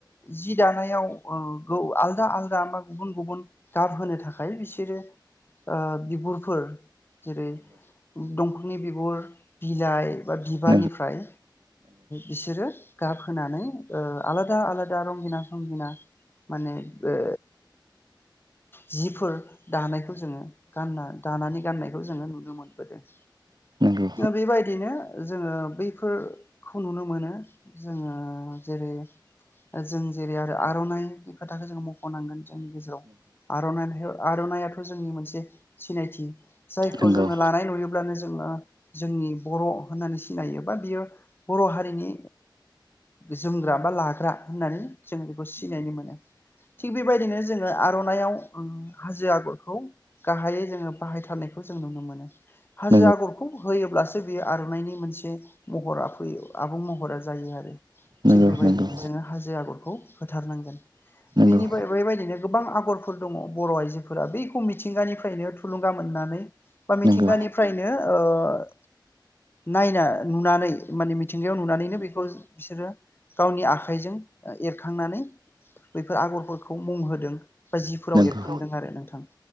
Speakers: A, on the left (about 25°); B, on the right (about 60°).
A: जि दानायाव आलदा आलदा बा गुबुन गुबुन गाब होनो थाखाय बिसोरो ओ बिगुरफोर जेरै दंफांनि बिगुर बिलाइ बा बिबारनिफ्राय
B: नंगौ
A: बिसोरो गाब होनानै आलादा आलादा रंगिना संगिना माने ओ जिफोर दानायखौ जोङो गानना दानानै गाननायखौ जोङो नुनो मोनबोदों
B: नंगौ
A: बेबायदिनो जोङो बै बेफोरखौ नुनो मोनो जोङो जेरै जों जेरै आरो आर'नाइनि खोथाखौ जोङो मख'नांगोन जोंनि गेजेराव आर'नाइ आर'नाइाथ' जोंनि मोनसे सिनायथि जायखौ
B: नंगौ
A: जोङो लानाय नुयोब्लानो जोङो जोंनि बर' होननानै सिनायो बा बियो बर' हारिनि जोमग्रा बा लाग्रा होननानै जोङो बेखौ सिनायनो मोनो थिग बेबायदिनो जोङो जों आर'नाइाव हाजो आगरखौ गाहायै जोङो बाहायथारनायखौ जों नुनो मोनो हाजो
B: नंगौ
A: आगरखौ होयोब्लासो बेयो आर'नाइनायनि मोनसे महरा फैयो आबुं महरा जायो आरो
B: नंगौ
A: थिग बेबायदिनो
B: नंगौ नंगौ नंगौ
A: जोङो हाजो आगरखौ होथारनांगोन
B: नंगौ
A: बेनि बेबायदिनो गोबां आगरफोर दङ बर' आइजोफोरा बेै मिथिंगानिफ्रायनो थुलुंगा मोननानै बा मिथिंगानि
B: नंगौ
A: नो नायना नुनानै माने मिथिंगायाव नुनानैनो बेखौ बिसोरो गावनि आखाइजों एरखांनानै बैफोर आगरफोरखौ मुं होदों बा जिफोराव
B: नंगौ
A: एरखांदों आरो नोंथां